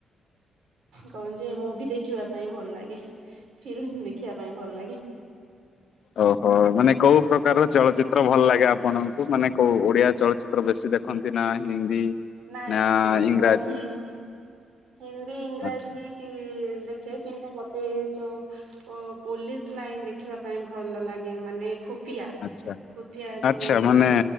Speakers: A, on the right; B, on the left.
A: କଣ ଯେ ମୁଭି ଦେଖିବା ପାଇଁ ଭଲ ଲାଗେ। ଫିଲ୍ମ ଦେଖିବା ପାଇଁ ଭଲ ଲାଗେ।
B: ଓ ହୋ ମାନେ କୋଉ ପ୍ରକାରର ଚଳଚିତ୍ର ଭଲ ଲାଗେ? ଆପଣ ମାନେ କୋଉ ଓଡିଆ ଚଳଚିତ୍ର ବେଶୀ ଦେଖନ୍ତି? ନା ହିନ୍ଦୀ
A: ନାଇଁ
B: ନା ଇଂରାଜୀ
A: ମୁଁ ହିନ୍ଦୀ ହିନ୍ଦୀ ଇଂରାଜୀ
B: ଆଚ୍ଛା
A: କି ଦେଖେ କିମ ସେ ଯୋଉ ପୋଲିସ ଲାଇନ ଦେଖିବା ପାଇଁ ଭଲ ଲାଗେ, ମାନେ ଖୁଫିଆ
B: ଆଚ୍ଛା
A: ଖୁଫିଆ ଯୋଉ
B: ଆଚ୍ଛା ମାନେ